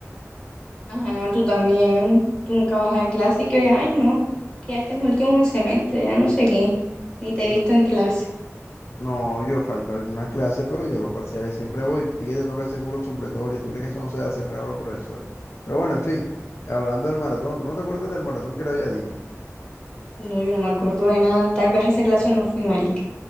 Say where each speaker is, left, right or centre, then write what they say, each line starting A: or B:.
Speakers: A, on the left; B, on the left.
A: Ajá, tú también. Tú nunca vas a clase y que, ay, no, que ya este es mi último semestre, ya no sé qué. Ni te he
B: No,
A: visto en clase.
B: no, yo falto algunas clases, pero yo los parciales siempre voy, ti que te toca hacer puro supletorio, tú crees que eso no se va a cerrar a los profesores. Pero bueno, en fin, hablando del maratón, ¿tú no te acuerdas del maratón que le había dicho?
A: No, yo no me acuerdo de nada. Tal vez a esa clase no fui, marica.